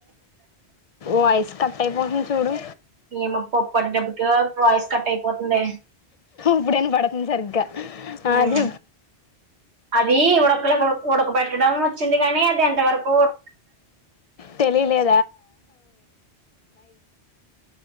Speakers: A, on the left; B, on the right.
A: వాయిస్ కట్ అయిపోతుంది చూడు
B: ఏమో ప్పప్పు అట ఆ వాయిస్ కట్ అయిపోతుందే
A: ఇప్పుడైనా పడుతుంది సరిగ్గా ఆది
B: ఉమ్ అది ఉడకులకు ఉడక పెెట్టడం వచ్చింది కానీ అది ఎంత వరకు ఉడ
A: తెలియలే